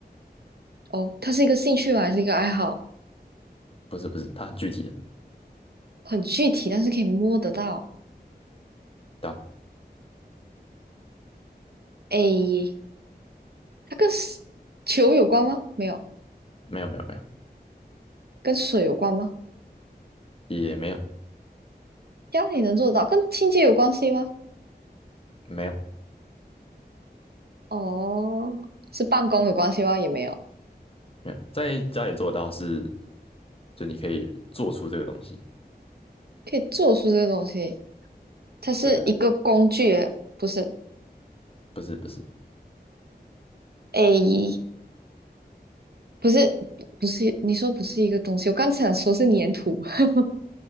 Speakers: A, on the right; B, on the left.
A: 哦，它是一个兴趣吗？还是一个爱好？
B: 不是不是，它很具体的，
A: 很具体，但是可以摸得到。
B: 对吧？
A: 诶，它跟 s- 球有关吗？没有，
B: 没有没有没有，
A: 跟水有关吗？
B: 也没有
A: 家里能做得到，跟清洁有关系吗？
B: 没有，
A: 哦，是办公有关系吗？也没有，
B: 没有，在家里做到是，就你可以做出这个东西。
A: 可以做出这个东西，它是一个工具，
B: 对对对，
A: 不是？
B: 不是不是
A: 诶。不是不是，你说不是一个东西，我刚才想说是粘土，<laughs>